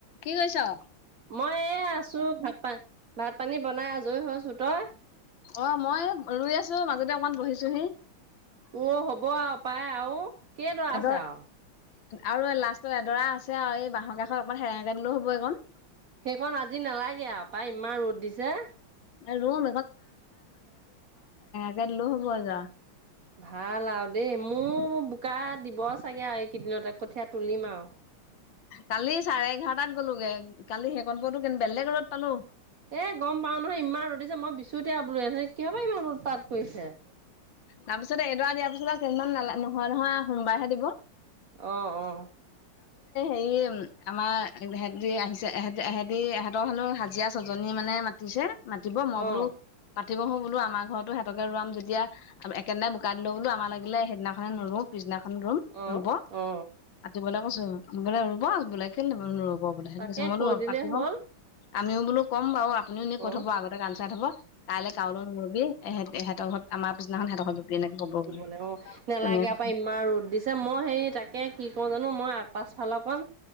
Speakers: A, on the left; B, on the right.
A: কি কৰিছা?
B: মই এ আছো। ভাত পানী, ভাত পানী বনাই আজৰি হৈছো। তই?
A: অ' মই ৰোই আছোঁ মাজতে অকমান বহিছোহি।
B: অ' হ'ব আৰু পায় আৰু কেই দৰা
A: এডৰা
B: আছে আৰু
A: আৰু লাষ্টত এডৰা আছে আৰু এই বাঁহৰ কাষৰ অকমান হেৰেঙকে দিলেও হ'ব এইকণ
B: সেইখন আজি নালাগে আৰু পায় ইমান ৰ'দ দিছে।
A: ৰুম যে ইয়াত লো হ'ব যাৰ।
B: ভাল আৰু দেই মোৰ বোকা দিব চাগে আৰু এইকেইদিনতে কঠিয়াত তুলিম আও
A: কালি চাৰে এঘাৰটাত গ'লো গে কালি সেকনপতো বেলেগ ৰ'দত পালোঁ।
B: এ গম পাও নহয় ইমান ৰুধিছে মই বিচুতিয়া বোলো কিহৰ পৰা ইমান উৎপাত কৰিছে।
A: তাৰপিছত এইডৰা দিয়াৰ পিছত আৰু কেইদিনমান নালা নহয় নহয় সোমবাৰেহে দিব।
B: অ অ।
A: কি আমাৰহেতি আহিছে এহেঁতি এহঁতৰ হেনো হাজিৰা ছজনী মানে মাতিছে! মাতিব মই বোলো
B: অ
A: পাতিবহো বোলো আমাৰ ঘৰতো সিহঁতকে ৰুৱাম যেতিয়া আৰু একেদিনাই বোকাত দিলো বোলো আমাৰ লাগিলে সেইদিনাখনে নুৰু পিছদিনা খন ৰুম
B: অ
A: ৰুব
B: অ
A: আতিবলৈ কৈছো বোলে ৰুব বোলে কেলে নুৰুব নু হ'ব বোলে, সেইটো
B: তাকে
A: কৈছে মই বোলো
B: কৈ
A: উৎপাত
B: দিলেই
A: কিহৰ?
B: হ'ল
A: আমিও বোলো ক'ম বাৰু, আপুনিও এনে কৈ
B: অ
A: থ'ব আগতে কাম চাই থ'ব। কাইলৈ কাওলৈ ন'লবি এহে- এহেতৰ ঘৰত আমাৰ পিছদিনাখন সিহঁতৰ ঘৰত ৰুবি এনেকে ক'ব
B: দিবলে,
A: বোলো
B: অ, নেলাগে
A: তেনেকে কৈছে
B: পাই ইমান ৰ'দ দিছে, মই হে তাকে কি কও জানো, মই আগ-পাছফালৰকণ